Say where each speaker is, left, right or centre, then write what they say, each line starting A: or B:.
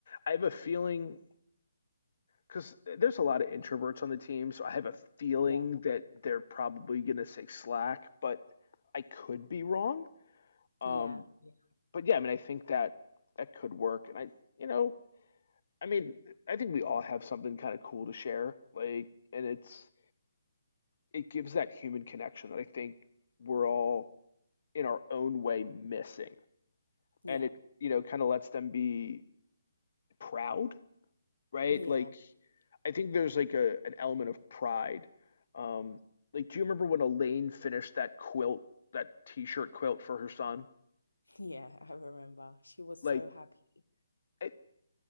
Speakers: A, on the left (about 55°); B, on the left (about 85°).
A: I have a feeling because there's a lot of introverts on the team, so I have a feeling
B: Yeah.
A: that they're probably going to say Slack, but I could be wrong. Um,
B: Yeah. Yeah.
A: but yeah, I mean, I think that that could work, and I, you know, I mean, I think we all have something kind of cool to share, like, and it's it gives that human connection that I think we're all in our own way missing,
B: Yeah.
A: and it, you know, kind of lets them be proud, right?
B: <laughs> Yeah.
A: Like I think there's like a an element of pride. Um, like, do you remember when Elaine finished that quilt, that t-shirt quilt for her son?
B: Yeah. I remember. She was
A: Like,
B: so happy.
A: it,